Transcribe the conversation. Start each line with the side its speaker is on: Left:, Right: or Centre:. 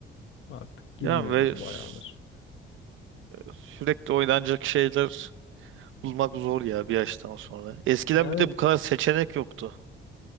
Left: Artık girmiyoruz
Right: yani ve sü-
Left: bayağıdır.
Right: sürekli oynanacak şeyler bulmak zor ya bir yaştan sonra. Eskiden
Left: Evet
Right: bir de bu kadar seçenek yoktu.